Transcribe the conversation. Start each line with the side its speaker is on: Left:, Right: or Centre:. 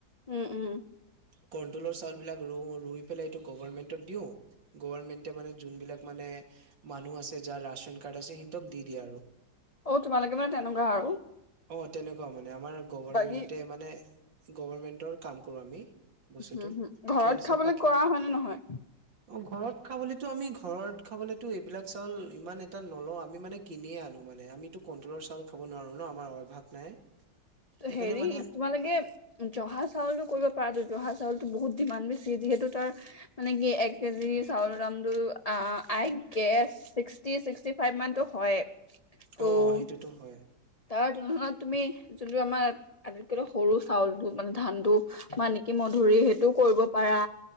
Left: উম -উম
Right: কৰ্ণটলৰ চাউলবিলাক ৰো- ৰুই পেলাই এইটো গভৰ্মেণ্টত দিওঁ। গভৰ্মেন্টে মানে যোনবিলাক মানে মানুহ আছে, যাৰ ৰাছন কাৰ্ড আছে, সিহঁতক দি দিয়ে আৰু।
Left: অ তোমালোকে মানে তেনেকুৱা আৰু
Right: অহ, তেনেকুৱা মানে আমাৰ গভৰ্মেণ্টে
Left: বাকী
Right: মানে গভৰ্মেণ্টৰ কাম কৰোঁ আমি বস্তুটো,
Left: হুম হুম
Right: ঠিকে
Left: ঘৰত
Right: আছে।
Left: খাবলৈ
Right: বাকী
Left: কৰা হয় নে নহয়?
Right: অহ, ঘৰত খাবলেতো আমি ঘৰত খাবলেতো এইবিলাক চাউল ইমান এটা নলও আমি মানে কিনিয়ে আনো। মানে আমিতো কন্ট্ৰলৰ চাউল খাব নোৱাৰো ন 'আমাৰ অভ্যাস নাই সেইকাৰণে
Left: হেৰি
Right: মানে
Left: তোমালোকে জহা চাউলো কৰিব পাৰা তো। জহা চাউলতো বহুত ডিমাণ্ড বেছি, যিহেতু তাৰ মানে কি, এক কেজি চাউলৰ দামটো আই গেচ ছিক্সটি- ছিক্সটি ফাইভ মানতটো হয়ে। ত'
Right: অ' সেইটোতো হয়।
Left: তাৰ তুলনাত তুমি যোনটো আমাৰ আটাইতকৈ সৰু চাউলটো মানে ধানটো মা কিমধুৰী সেইটো কৰিব পাৰা।